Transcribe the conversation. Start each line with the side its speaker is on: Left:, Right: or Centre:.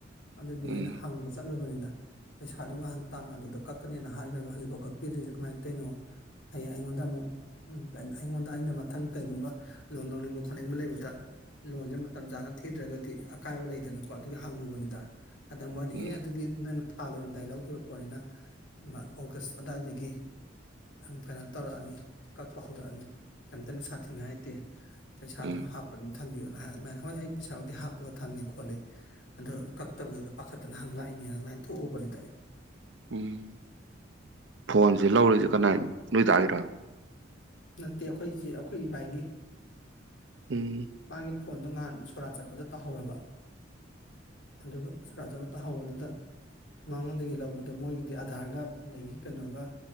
Left: ꯑꯗꯨꯗꯤ
Right: ꯎꯝ
Left: ꯑꯩꯅ ꯍꯪꯕ ꯆꯠꯂꯨꯕꯅꯤꯗ ꯄꯩꯁꯥꯗꯣ ꯉꯍꯥꯟ ꯇꯥꯡ ꯑꯗꯨꯗ ꯀꯛꯀꯅꯦꯅ ꯍꯥꯏꯒ꯭ꯔꯒ ꯍꯧꯖꯤꯛꯕꯧ ꯀꯛꯄꯤꯗꯔꯤꯖ‌ꯦ ꯀꯃꯥꯏꯟ ꯇꯩꯅꯣ ꯑꯩꯉꯣꯟꯗ ꯑꯃꯨꯛ ꯎꯝ ꯑꯩꯉꯣꯟꯗ ꯑꯩꯅ ꯃꯊꯪ ꯀꯩꯒꯨꯝꯕ ꯂꯣꯟ ꯂꯧꯅꯤꯡꯕ ꯈꯣꯠꯅꯤꯡꯕ ꯂꯩꯕꯗ ꯂꯣꯟꯖ‌ꯦ ꯃꯇꯝ ꯆꯥꯅ ꯊꯤꯗ꯭ꯔꯒꯗꯤ ꯑꯀꯥꯏꯕ ꯂꯩꯗꯅꯀꯣ ꯑꯗꯨꯒꯤ ꯍꯪꯉꯨꯕꯅꯤꯗ ꯑꯗ ꯃꯣꯏꯅ
Right: ꯎꯝ
Left: ꯑꯦ ꯑꯗꯨꯗꯤ <unintelligible> ꯊꯥ ꯂꯣꯏꯔꯝꯗꯥꯏ ꯂꯧꯈꯤꯕ ꯄꯣꯠꯅꯤꯅ ꯃꯥ ꯑꯣꯒꯁ ꯑꯗꯥꯏꯗꯒꯤ ꯑꯝ ꯀꯩꯅꯣ ꯇꯧꯔꯛꯑꯅꯤ ꯀꯛꯄ ꯍꯧꯔꯛꯑꯅꯤ ꯀ‌ꯦꯝꯇ ꯅꯨꯡꯁꯥ ꯊꯤꯡꯉꯥꯏꯇꯦ ꯄꯩꯁꯥ
Right: ꯎꯝ
Left: ꯑꯗꯨꯝ ꯍꯥꯞꯄ ꯊꯝꯕꯤꯌꯣꯅ ꯍꯥꯏ ꯑꯗꯨꯃꯥꯏꯅ ꯍꯣꯏ ꯑꯩ ꯄꯩꯁꯥꯕꯨꯗꯤ ꯍꯥꯞꯄꯒ ꯊꯝꯃꯤ ꯈꯣꯠꯂꯤ ꯑꯗꯨ ꯀꯛꯇꯕꯗꯨꯗ ꯄꯥꯈꯠꯇꯅ ꯍꯪ ꯂꯛꯏꯅꯦꯅ ꯑꯗꯨꯃꯥꯏꯟ ꯊꯣꯎꯕꯅꯤꯗ ꯑꯩ
Right: ꯎꯝ ꯐꯣꯟꯖꯦ ꯂꯧꯔꯤꯖ‌ꯦ ꯀꯅꯥꯏ ꯅꯣꯏ ꯗꯥ ꯒꯤꯔꯣ
Left: ꯅꯠꯇꯦ ꯑꯈꯣꯏ ꯖ‌ꯦ ꯑꯈꯣꯏ ꯏꯕꯥꯏꯒꯤ
Right: ꯎꯝ
Left: ꯃꯥꯒꯤ ꯐꯣꯟꯗꯣ ꯉꯍꯥꯟ ꯁꯣꯔꯥꯠ ꯆꯠꯄꯗ ꯇꯥꯍꯧꯔꯕ ꯑꯗꯨꯒ ꯁꯣꯔꯥꯠ ꯆꯠꯄ ꯇꯥ ꯍꯧ ꯕꯗꯨꯗꯥ ꯃꯉꯣꯟꯗꯒꯤ ꯂꯧꯕꯗꯣ ꯃꯣꯏꯒꯤꯗꯤ ꯑꯙꯥꯔꯒ ꯗꯒꯤ ꯀꯩꯅꯣꯒ